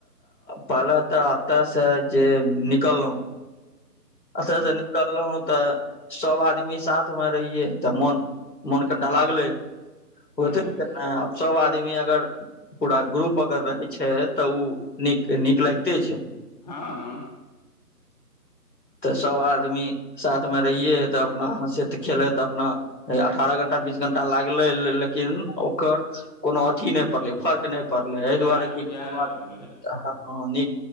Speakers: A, on the left (about 85°); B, on the left (about 25°).
A: पहले तऽ अत से जे निकललहु। अस
B: हँ
A: से निकललहु तऽ। सब आदमी साथमे रहियै तऽ मन मोन कनिटा लागलै। ओ
B: हँ
A: त अ सब आ। आदमी अगर पूरा ग्रुप अगर रहे छै तऽ ओ नीक नीक लगते छै।
B: हँ हँ।
A: तऽ सब आदमी साथमे रहिे ह तऽ अपना ह से खेल त अपना अठारह घंटा बीस घंटा लागले लेकिन ओकर कोनो अथी नहि पड़लै फर्क नहि। पड़लै एहि
B: बुझा
A: दुआरे की।
B: बुझा
A: ह
B: नहि पड़लै
A: नीक